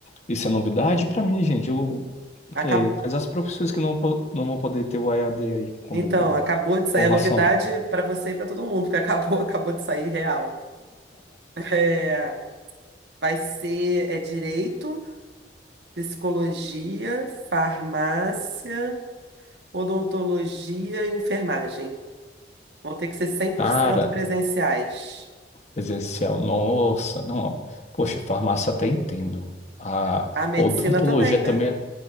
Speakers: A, on the left (about 40°); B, on the right (about 70°).
A: Isso é novidade pra mim, gente. Eu,
B: Acab-
A: que- quais as profissões que não, po- não vão poder ter o EAD aí como
B: Então, acabou de sair
A: formação?
B: a novidade para você e para todo mundo, porque acabou, <laughs> acabou de sair real. É, vai ser é direito, psicologia, farmácia, odontologia e enfermagem. Vão ter que ser 100%
A: Cara,
B: presenciais.
A: presencial, nossa, não. Poxa, farmácia até entendo. A
B: A medicina
A: odontologia
B: também,
A: também,
B: né?
A: é-